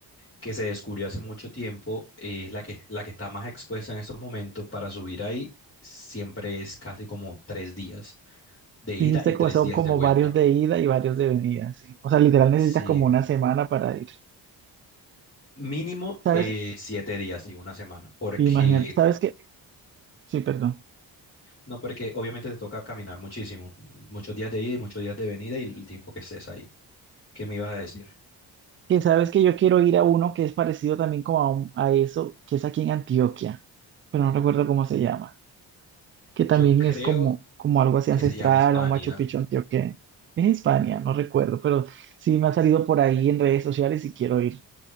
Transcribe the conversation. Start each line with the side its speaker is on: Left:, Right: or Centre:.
Left: que se descubrió hace mucho tiempo es la que, la que está más expuesta en estos momentos. Para subir ahí siempre es casi como tres días de
Right: sí,
Left: ida
Right: dice
Left: y tres
Right: que son
Left: días
Right: como
Left: de vuelta.
Right: varios de ida y varios de venida, sí. O sea, literal necesitas
Left: Sí,
Right: como una semana para ir.
Left: mínimo
Right: ¿Sabes?
Left: eh, siete días, sí, una semana, porque...
Right: Imagínate, ¿sabes qué? Sí, perdón.
Left: No, porque obviamente te toca caminar muchísimo, muchos días de ida y muchos días de venida y el tiempo que estés ahí. ¿Qué me ibas a decir?
Right: Que sabes que yo quiero ir a uno que es parecido también como a, un- a eso, que es aquí en Antioquia, pero no recuerdo cómo se llama, que
Left: Yo
Right: también
Left: creo
Right: es como, como algo así
Left: que
Right: ancestral
Left: se llama Hispania.
Right: o Machu Picchu antioqueño. Es España, no recuerdo, pero sí me ha salido por ahí en redes sociales y quiero ir.